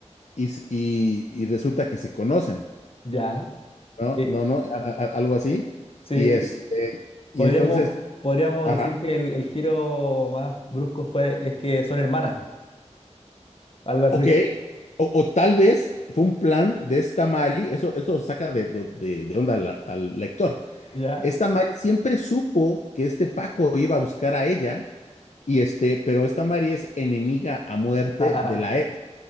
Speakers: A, on the left; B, on the left.
A: y, s- y- y resulta que se conocen,
B: ya.
A: ¿no?
B: eh,
A: No, no, a- a- algo así.
B: Sí,
A: Y este, y
B: Podríamos,
A: entonces,
B: podríamos
A: ajá,
B: decir que el, el giro más brusco fue es que son hermanas, algo así.
A: ok. O, o tal vez fue un plan de esta Mari, eso, eso saca de, de- de- de onda al al lector.
B: ¿Ya?
A: Esta Mari siempre supo que este Paco iba a buscar a ella Y este, pero esta Mari es enemiga a muerte
B: Ah,
A: de la ex.